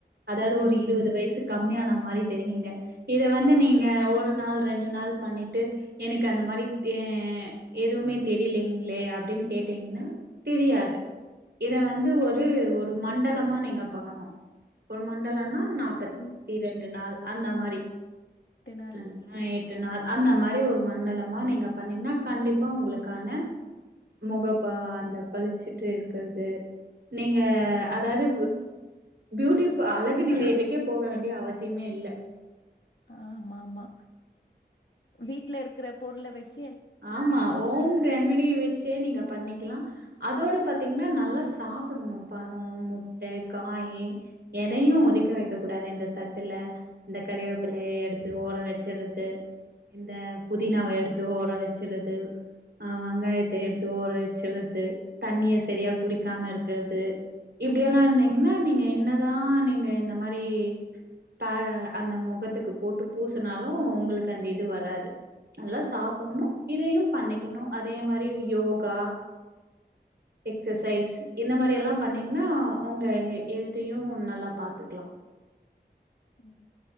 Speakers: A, on the right; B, on the left.
A: அதாவது
B: ம்
A: ஒரு இருவது வயசு கம்மியான மாரி தெரிவீங்க இத வந்து நீங்க ஒரு நாள் ரெண்டு நாள் பண்ணிட்டு எனக்கு அந்த மாரி அ எதுமே தெரிலிங்களே அப்டினு கேட்டீங்னா தெரியாது இத வந்து ஒரு ஒரு மண்டலமா நீங் க பண்ணணு ஒரு மண்டலனா நா ப்பத்திரெண்டு
B: ம்
A: நாள் அந்த மாரி
B: நாள்
A: உ எட்டு நாள் அந்த மாரி ஒரு மண்டலமா நீங்க பண்ணீங்னா கண்டிப்பா உங்களுக்கான முக பா அந்த பளுச்சுட்டு இருக்கறது நீங்க அதாவது பியூட்டி அழகு நிலையத்துக்கே போக வேண்டிய அவசியமே இல்ல
B: ஆமாம்மா வீட்ல இருக்குற பொருள வெச்
A: ஆமா ஓன் ரெமிடி வித் சே நீங்க பண்ணிக்கலா அதோட பத்தீங்னா நல்லா சாப்புடணு பழ மு முட்ட காயி எதையு ஒதிக்க வெக்க கூடாது இந்த தட்டுல இந்த கறிவேப்பிலைய எடுத்து ஓர வெச்சிர்றது இந்த புதினாவ எடுத் து ஓர வெச்சிர்றது ஆ வெங்காயத்த எடுத்து ஓர வெச்சிர்றது தண்ணிய செரியா குடிக்காம இருக்கிறது இப்டியெல்லா இருந்தீங்கனா நீங்க என்னதா நீங்க இந்த மாரி பா அந்த மொகத்துக்கு போட்டு பூசுனாலு ஒங்களுக்கு அந்த இது வராது நல்லா சாப் புட்ணு இதையு பண்ணிக்கணு அதே மாரி யோகா எக்ஸசைஸ் இந்த மாரியெல்லா பண்ணிங்கனா ஒங்க ஹெ ஹெல்த்தையு நல்லா பாத்துக்லா
B: ம்